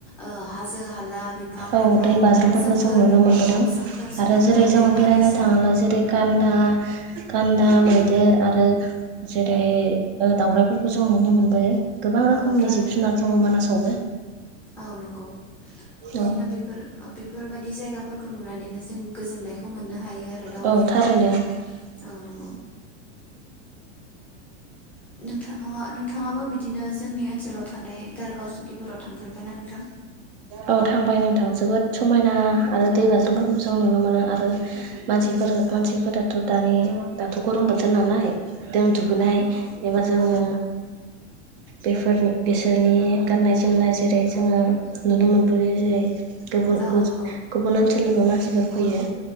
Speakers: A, in the centre; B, on the right.
A: ओ हाजो हाला बिफां
B: औ
A: लाइफां
B: दै बाज्रुमफोरबो
A: सोमखोर
B: जों नुनो मोनबोदों
A: औ सोमखोर समायना
B: आरो जेरै जोङो
A: दैमा
B: बेरायनो
A: दैसा
B: थाङोला जेरै गान्दा गान्दा
A: औ
B: मैदेर आरो जेरै ओ दाउराइफोरखौ जों नुनो मोनबोयो। गोबां रोखोमनि
A: औ थारैनो
B: जिब जुनार दङ मानासावबो।
A: औ नंगौ बिदिनो
B: औ
A: बेफोर ओ बेफोरबायदि जायगाफोरखौ नुनानैनो जो जों गोजोननायखौ मोननो हायो आरो दावबायनो
B: औ थारैनो
A: थांनायाव औ नं
B: <unintelligible> <unintelligible>
A: नोंथाङा नोंथाङाबो बिदिनो जोंनि ओनसोलाव थानाय दारागाव सुकिफोराव थांफेरबायना नोंथां
B: औ थांबाय नोंथां। जोबोद समायना आरो दै बाज्रुमफोरखौबो जों नुनो मोनो आरो मानसिफोर मानसिफोराथ'
A: औ
B: दानि दाथ' गरम बोथोर नालाय दों दुगैनाय
A: औ नंगौ
B: एबा जोङो
A: औ
B: बेफोरनि बिसोरनि गाननाय जोमनाय जेरै जोङो नुनो मोनबोयो जेरै गुबुन
A: औ
B: गुस
A: नंगौ
B: गुबुन ओनसोलनिबो मानसिफोर फैयो।